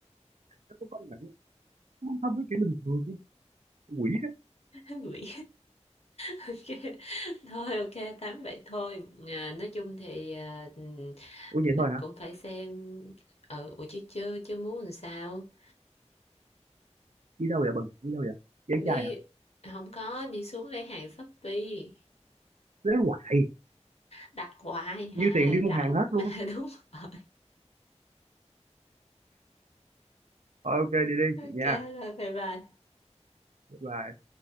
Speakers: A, on the right; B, on the left.
A: nó có công nhận không? nó không thâm cái kiểu bình thường chứ. quỷ đó
B: <laughs> quỷ <laughs> ok thôi ok tám vậy thôi à, nói chung thì à,
A: ủa vậy
B: mình
A: thôi hả
B: cũng phải xem ở ừ, ủa chứ chưa chưa muốn làm sao
A: đi đâu vậy bằng đi đâu vậy dễ
B: đi
A: trai hả
B: không có đi xuống lấy hàng Shopee
A: lấy hoài
B: đặt hoài hà
A: như tiền đi mua
B: rảnh
A: hàng hết luôn
B: mà <laughs> đúng rồi
A: Thôi ok đi đi
B: ok
A: nha
B: rồi bye bye
A: bye bye